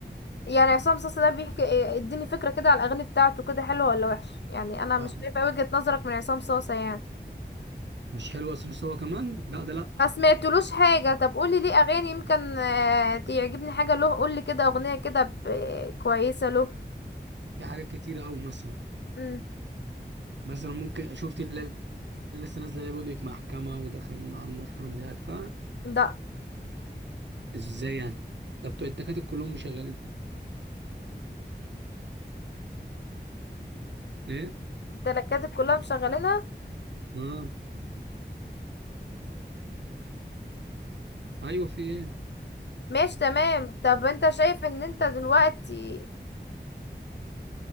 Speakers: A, on the left (about 70°); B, on the right (about 75°).
A: يعني عصام صاصا ده بيحكي إيه- اديني فكرة كده على الأغاني بتاعته كده حلوة ولا وحشة يعني أنا مش
B: آه،
A: شايفة وجهة نظرك من عصام صاصا يعني
B: مش حلو عصام صاصا كمان لا ده لا
A: ما سمعتلوش حاجة طب قولي ليه أغاني يمكن آه، تعجبني حاجة له قولي كده أغنية كده ب- كويسة له
B: في حاجات كتيره قوي مثلا
A: مم.
B: مثلا ممكن شفت اللي اللي لسه نازله اللي بيقول لك محكمه ودخلنا على المفرمه دي عارفها
A: ده
B: ازاي يعني طب بتوع التكاتك كلهم مشغلين ايه
A: التركات كلها مشغلينها
B: اه ايوه في ايه
A: ماشي تمام طب انت شايف ان انت دلوقتي